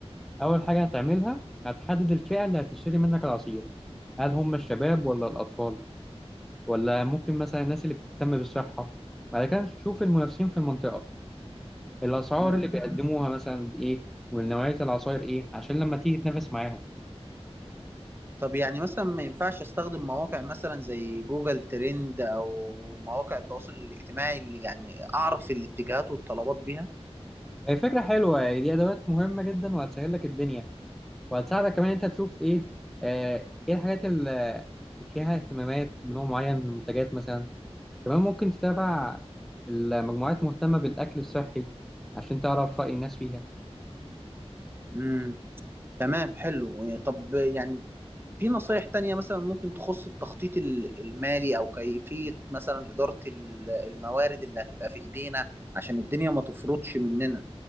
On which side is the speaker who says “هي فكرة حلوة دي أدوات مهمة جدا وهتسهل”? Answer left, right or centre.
Centre